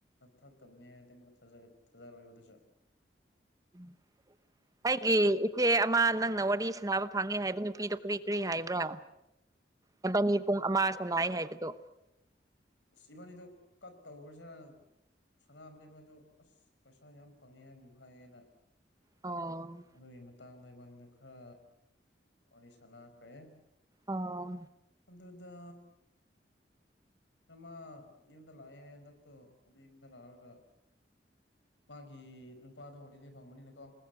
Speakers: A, on the left; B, on the right.
A: ꯊꯥꯛꯇꯕꯅꯤ ꯍꯥꯏꯔꯗꯤ ꯑꯃꯨꯒ ꯊꯥꯖꯔꯣꯏ ꯊꯥꯖꯔꯣꯢꯕꯗꯨꯁꯨ
B: <unintelligible> ꯑꯩꯒꯤ ꯏꯆꯦ ꯑꯃ ꯅꯪꯅ ꯋꯥꯔꯤ ꯁꯟꯅꯥꯕ ꯐꯪꯉꯦ ꯍꯥꯏꯕ ꯅꯨꯄꯤꯗꯣ ꯀ꯭ꯔꯤ ꯀ꯭ꯔꯤ ꯍꯥꯏꯕ꯭ꯔꯣ꯫ ꯅꯕꯥꯅꯤ ꯄꯨꯡ ꯑꯃ ꯁꯅꯥꯥꯏꯌꯦ ꯍꯥꯏꯕꯗꯣ꯫
A: ꯏꯁ ꯏꯕꯥꯅꯤꯗꯣ ꯀꯠ ꯇꯧꯈ꯭ꯔꯁꯤꯔꯅ ꯁꯅꯥꯕꯅꯦꯕ ꯑꯗꯨ ꯑꯁ ꯄꯩꯁꯥ ꯌꯥꯝ ꯐꯪꯉꯦ ꯍꯥꯏꯕꯝ ꯍꯥꯏꯌꯦꯅ꯫
B: ꯑꯣ
A: ꯑꯗꯨꯒꯤ ꯃꯇꯥꯡꯗ ꯏꯕꯥꯅꯤꯗ ꯈ꯭ꯔ ꯋꯥꯔꯤ ꯁꯥꯟꯅꯥꯈ꯭ꯔꯦ꯫
B: ꯑꯥꯎ
A: ꯑꯗꯨꯗ ꯗ ꯃꯥ ꯌꯨꯝꯗ ꯂꯥꯛꯑꯦ ꯍꯥꯏ ꯍꯟꯗꯛꯇꯣ ꯑꯗꯨ ꯌꯨꯝꯗ ꯂꯥꯛꯑꯒ ꯃꯥꯒꯤ ꯅꯨꯄꯥꯗꯣ ꯍꯣꯂꯤꯗꯦ ꯐꯪꯕꯅꯤꯅꯀꯣ